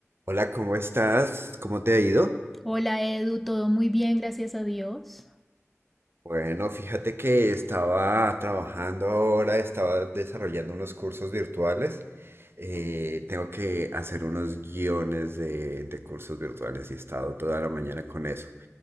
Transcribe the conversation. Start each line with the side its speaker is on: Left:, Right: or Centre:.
Right: Hola, ¿cómo estás? ¿Cómo te ha ido?
Centre: Hola Edu, todo muy bien, gracias a Dios.
Right: Bueno, fíjate que estaba trabajando ahora, estaba desarrollando unos cursos virtuales. Eh, tengo que hacer unos guiones de, de cursos virtuales y he estado toda la mañana con eso.